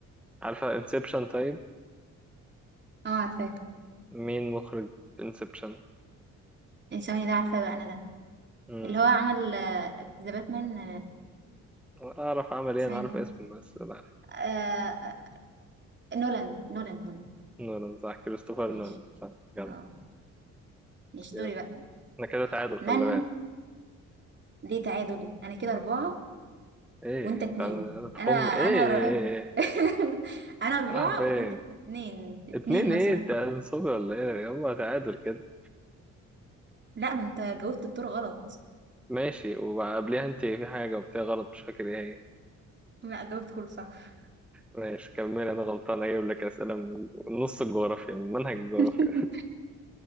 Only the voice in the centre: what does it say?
عارفة انسبشن طيب
مين مخرج انسبشن
امم
ولا اعرف عمل
ايه انا عارف اسمه بس لا أعرف.
نولان صح كريستوفر
نولان صح جامد
يلا
احنا كده تعادل خلي
بالك
ايه
انت هتخم
ايه
راح فين
اتنين ايه
تنصبي ولا ايه هما تعادل كده
ماشي وقبليها انت في حاجة وبتاع غلط مش فاكر ايه هي
ماشي كملي انا غلطان اجيب لك اسئلة من نص الجغرافيا من منهج الجغرافيا